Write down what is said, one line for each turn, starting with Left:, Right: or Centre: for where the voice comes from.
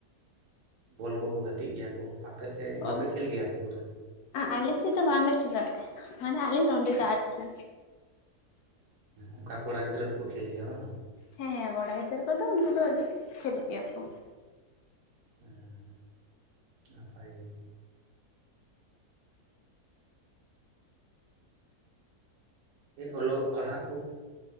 Right: ᱵᱚᱞ ᱠᱚᱠᱚ ᱜᱟᱛᱮᱜ ᱜᱮᱭᱟ ᱠᱚ ᱟᱯᱮ ᱥᱮᱱ ᱵᱟᱯᱮ
Left: ᱚ
Right: ᱠᱷᱮᱞ ᱜᱮᱭᱟ ᱟᱯᱮ ᱠᱚᱫᱚ
Left: ᱟᱞᱮ ᱥᱮᱡ ᱫᱚ ᱵᱟᱝᱞᱮ ᱫᱚ ᱠᱷᱮᱞᱳᱜᱟ ᱛᱟᱦᱮᱱᱟ ᱢᱟᱱᱮ ᱟᱞᱮ ᱱᱚᱰᱮ ᱫᱚ ᱟᱨᱠᱤ
Right: ᱚᱱᱠᱟ ᱠᱚᱲᱟ ᱜᱤᱫᱽᱨᱟᱹ ᱫᱚᱠᱚ ᱠᱷᱮᱞ ᱜᱮᱭᱟ ᱵᱟᱝ
Left: ᱦᱮᱸ ᱦᱮᱸ ᱠᱚᱲᱟ ᱜᱤᱫᱟᱹᱨ ᱠᱚᱫᱚ ᱩᱱᱠᱩ ᱫᱚ ᱠᱷᱮᱞᱳᱜ ᱜᱮᱭᱟ ᱠᱚ
Right: ᱦᱩᱸ ᱱᱟᱯᱟᱭ ᱜᱮ ᱚᱞᱚᱜ ᱯᱟᱲᱦᱟᱜ ᱠᱩ